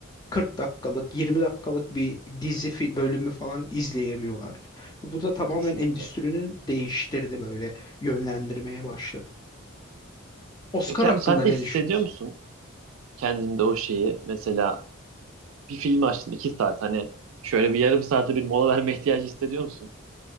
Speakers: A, on the left; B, on the right.
A: 40 dakikalık, 20 dakikalık bir dizi fi- bölümü falan izleyemiyorlar. Bu da tamamen
B: Kesinlikle.
A: endüstrinin değiştirdi böyle yönlendirmeye başladı. Oscar
B: Peki
A: hakkında
B: abi sen
A: ne
B: de hissediyor
A: düşünüyorsun?
B: musun? kendinde o şeyi mesela bir film açtın iki saat hani şöyle bir yarım saate bir mola verme ihtiyacı hissediyor musun?